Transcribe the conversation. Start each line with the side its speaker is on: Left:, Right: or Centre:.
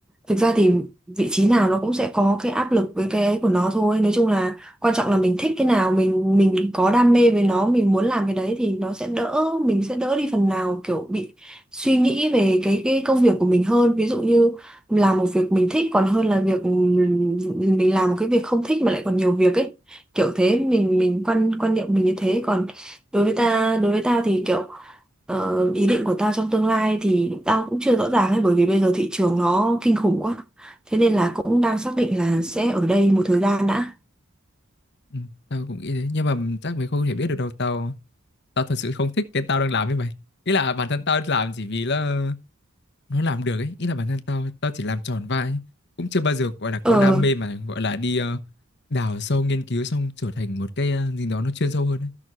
Centre: Thực ra thì vị trí nào nó cũng sẽ có cái áp lực với cái ấy của nó thôi. Nói chung là quan trọng là mình thích cái nào, mình mình có đam mê với nó, mình muốn làm cái đấy thì nó sẽ đỡ, mình sẽ đỡ đi phần nào kiểu bị suy nghĩ về cái cái công việc của mình hơn. Ví dụ như làm một việc mình thích còn hơn là việc ừm, mình làm một cái việc không thích mà lại còn nhiều việc ấy. Kiểu thế mình mình quan quan niệm mình như thế còn đối với ta đối với tao thì kiểu Ờ, ý định của tao trong tương lai thì tao cũng chưa rõ ràng ấy bởi vì bây giờ thị trường nó kinh khủng quá. Thế nên là cũng đang xác định là sẽ ở đây một thời gian đã.
Left: ừ, tao cũng nghĩ thế nhưng mà chắc mày không thể biết được đâu tao tao thật sự không thích cái tao đang làm với mày ý là bản thân tao làm chỉ vì là nó làm được ấy ý là bản thân tao tao chỉ làm tròn vai ấy. cũng chưa bao giờ gọi là
Centre: Ờ,
Left: có đam mê mà gọi là đi ờ, đào sâu nghiên cứu xong trở thành một cái ờ, gì đó nó chuyên sâu hơn ấy.